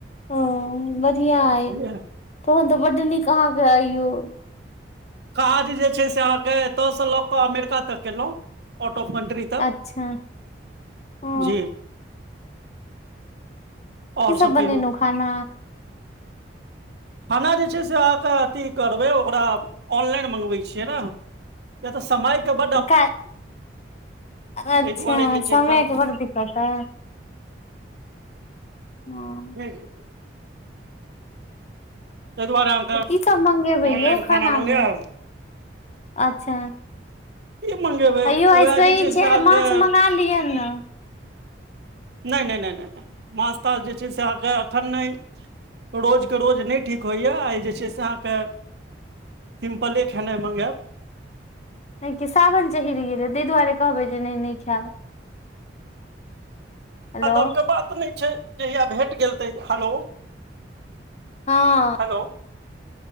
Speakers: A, on the left (about 35°); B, on the right (about 60°).
A: ह्म्म बढ़िया
B: बुझलियै
A: अय, तहन तऽ बड्ड नीक अहाँके अइ यौ।
B: काज जे छै से अहाँके एत से लऽ कऽ अमेरिका तक केलौ। आउट ऑफ कन्ट्री तक,
A: अच्छा ओ
B: जी। और
A: की
B: सब कहियौ?
A: बनेलौं खाना
B: खाना जे छै, से अहाँके अथी करबै ओकरा ऑनलाइन मंगबै छियै न। किया तऽ समयके बड
A: कैल्ह अच्छा
B: दुआरे जे छै
A: समय
B: से
A: के बड़ दिक्कत है। हाँ
B: हे जी <unintelligible> तैय दुआरे अहाँके
A: की सब मंगेबे
B: ऑनलाइन
A: यौ खाना
B: मंगायब
A: मे, अच्छा।
B: की मंगेबै
A: हे यौ आय
B: उएह
A: सैन
B: जे
A: छै,
B: से अहाँके
A: माछ मंगा लिय ने।
B: नैय-नैय-नैय-नैय माछ ताछ जे छै से आहाँके एखन नैय रोजके रोज नैय ठीक होय या आय जे छै से आहाँके सिम्पले खेनाय मंगेब।
A: नैय की सावन चहिर गेलै, तैय दुआरे कहबे जे नैय नैय खेब। हेलो
B: अ तो कोई बात नैय छै। जहिया भेट गेल तैयहा, हैलो
A: हां
B: हेलो